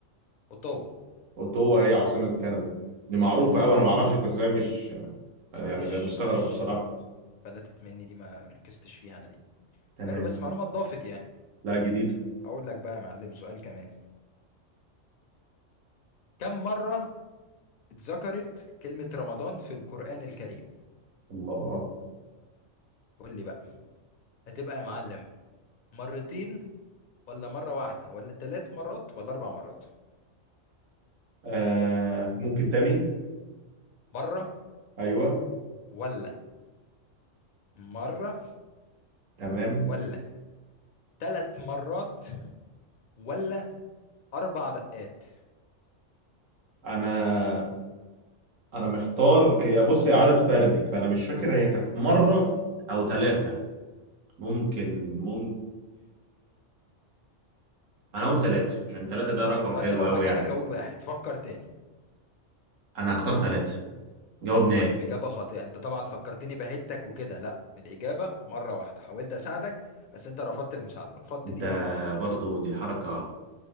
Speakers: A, on the left; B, on the right.
A: اوتاوا
B: اوتوا هي عاصمة كندا دي معروفة
A: حلو
B: أوي
A: معلومة
B: أنا معرفش أنت إزاي مش يعني
A: معلش
B: غير مستغرب
A: معلش
B: بصراحة
A: فلتت مني دي ما ركزتش فيها انا دي
B: تمام
A: حلو بس معلومة اتضافت يعني
B: لا جديدة
A: اقول لك بقى يا معلم سؤال كمان كم مرة اتذكرت كلمة رمضان في القرآن الكريم
B: الله
A: قول لي بقى هتبقى يا معلم مرتين ولا مرة واحدة ولا ثلاث مرات ولا أربع مرات
B: آه ممكن تاني
A: مرة
B: أيوه
A: ولا مرة
B: تمام
A: ولا ثلاث مرات ولا أربع دقات
B: أنا أنا محتار هي بص هي عدد فردي فأنا مش فاكر هي كانت مرة أو ثلاثة ممكن ممكن أنا أقول ثلاثة عشان ثلاثة ده رقم
A: وأنا
B: حلو
A: لو
B: أوي
A: مكانك
B: يعني
A: هقول واحد فكر تاني
B: أنا هختار ثلاثة جواب نهائي
A: طيب إجابة خاطئة أنت طبعا فكرتني بهتك وكده لا الإجابة مرة واحدة حاولت أساعدك بس أنت رفضت المساعدة رفضت
B: ده
A: الإيد اللي اتمدت
B: برضو
A: لك
B: دي حركة